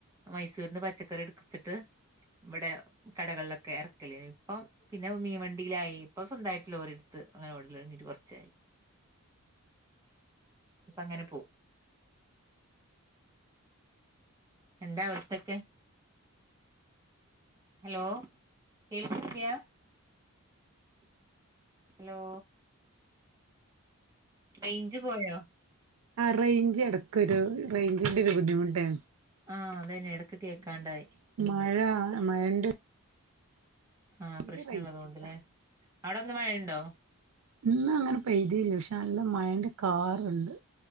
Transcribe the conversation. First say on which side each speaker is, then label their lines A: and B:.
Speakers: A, on the right; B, on the right.
A: മൈസൂര്ന്ന് പച്ചക്കറി ഇട്ത്തിട്ട് ഇവിടെ കടകൾലൊക്കെ ഇറക്കലേ ഇപ്പ പിന്നെ മീൻവണ്ടീലായി ഇപ്പൊ സ്വന്തയിട്ട് ലോറിട്ത്ത് അങ്ങനെ ഓടലൊട്ങ്ങീട്ട് കൊറച്ചായി ഇപ്പ അങ്ങനെ പോ എന്താ അവിട്തക്കെ ഹലോ കേൾക്ണ്‌ല്ല്യ ഹലോ റയിഞ്ച് പോയൊ
B: ആ റെയ്ഞ്ച് എടക്കൊരു റേയ്ഞ്ചിന്റെരു ബുദ്ധിമുട്ടേ
A: ആ അതന്നെ എടക്ക് കേക്കാണ്ടായി
B: മഴ മഴന്റെ
A: ആ
B: തീരെ
A: പ്രശ്നള്ളതോണ്ട്ലെ
B: റേഞ്ച് കിട്ടൂല
A: അടെന്ന് മഴൻ- - ണ്ടോ
B: ഇന്ന അങ്ങനെ പെയ്തീല്ല ക്ഷെ നല്ല മഴന്റെ കാറ്ണ്ട്